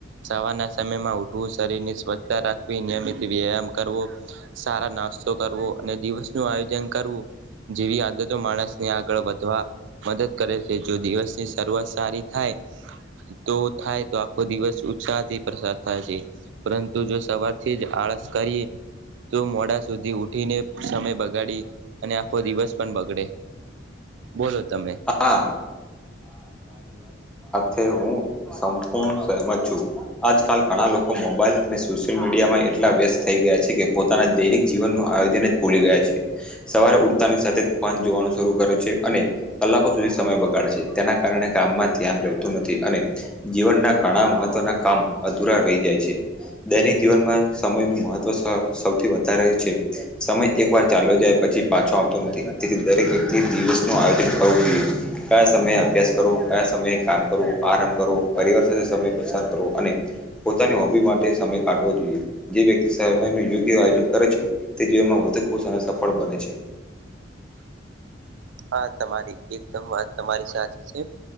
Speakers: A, on the right; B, in the centre.
A: સવાર ના સમયમાં ઉઠવું શરીરની સ્વચ્છ રાખવી નિયમિત વ્યાયામ કરવો સારા ના તો કરવો અને દિવસનું આયોજન કરવું જેવી આદતો માણસની આગળ વધવા મદદ કરે છે જો દિવસની શરૂઆત સારી થાય તો થાય તો આખો દિવસ ઉત્સાહથી પસાર થાય છે પરંતુ જો સવારથી થી જ આળસ કરી તો મોડા સુધી ઉઠીને સમય બગાડી અને ખો દિવસ પણ બગડે બોલો તમે
B: હા તે હું સંપૂર્ણ સહમત છું આજકાલ ઘણા લોકો મોબાઈલ અને સોશિયલ મીડિયામાં એટલા વ્યસ્ત થઈ ગયા છે કે પોતાના દૈનિક જીવનનું આયોજન જ ભૂલી ગયા છે સવા ઉડતાની સાથે જ ફન જોવાનું શરૂ કરે છે અને કલાકો સુધી સમય બગાડ છે. તેના કારણે કામમાં ધ્યાન રહેતું નથી અને જીવનના ઘણા મહત્વના કામ અધુરા રહી જાય છે દૈનિક જીવનમાં સમયનું મહત્વ સૌથી વધારે છે સમય એકવાર ચાયલો જાય પછી પાછો આવતો નથી તેથી દરેક વ્યક્તિએ દિવસનું આયોજન કરવું જોઈએ કયા સમયે અભ્યાસ કરો કયા સમયે કામ કરો આરામ કરો પરિવાર સાથે સમય પસાર કરો અને પોતાની હોબી માટે સમય કાવો જોઈએ જે વ્યક્તિ સમયનું યોગ્ય આયોજન કરે છે તે જીવમાં વધુ ખુશ અને સફ ફળ બને છે.
A: <inaudible> હા તમારી એકદમ વાત તમારી સાચી છે